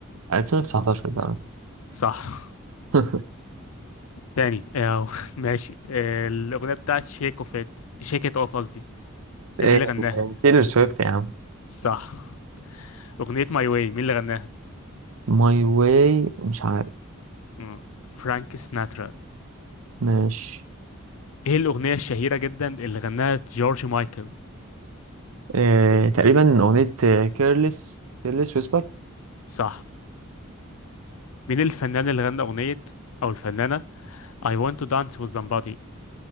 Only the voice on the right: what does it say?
2019 بقى
<laughs>
إيه،
تايلور سويفت يا عم
ماي واي مش عارف
ماشي
إيه، تقريبا أغنية كيرلس كيرلس ويسبر